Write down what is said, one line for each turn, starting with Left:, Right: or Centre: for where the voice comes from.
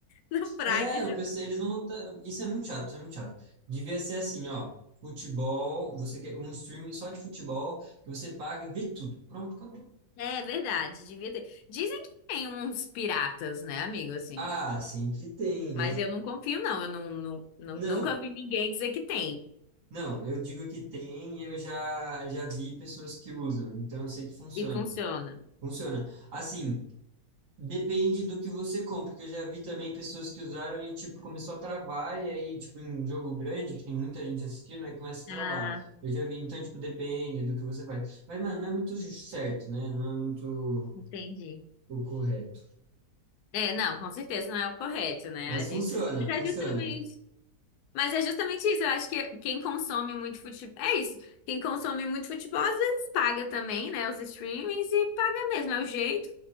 Left: no Prime
Right: É,
Left: o
Right: eu
Left: jogo.
Right: pensei, eles vão voltar. Isso é muito chato, isso é muito chato. Devia ser assim, ó. Futebol, você quer um streaming só de futebol, que você paga e vê tudo. Pronto, acabou.
Left: É verdade, devia ter. Dizem que tem uns piratas, né, amigo, assim.
Right: Ah, sempre tem, né?
Left: Mas eu não confio, não. Eu não, não, não-
Right: Não,
Left: nunca vi ninguém dizer que tem
Right: Não, eu digo que tem, eu já já vi pessoas que usam, então eu sei que funciona.
Left: e funciona.
Right: Funciona. Assim, depende do que você compra, porque eu já vi também pessoas que usaram e tipo começou a travar e aí tipo em jogo grande, que tem muita gente assistindo, aí começa a travar.
Left: Ah,
Right: Eu já vi, então tipo depende do que você faz. Mas mano, não é muito certo, né? Não é muito
Left: entendi.
Right: o correto.
Left: É, não, com certeza não é o correto, né,
Right: Mas
Left: a gente.
Right: funciona,
Left: Mas é
Right: funciona.
Left: justamente. Mas é justamente isso. Eu acho que quem consome muito futebol. É isso. Quem consome muito futebol às vezes paga também, né? Os streamings e paga mesmo. É o jeito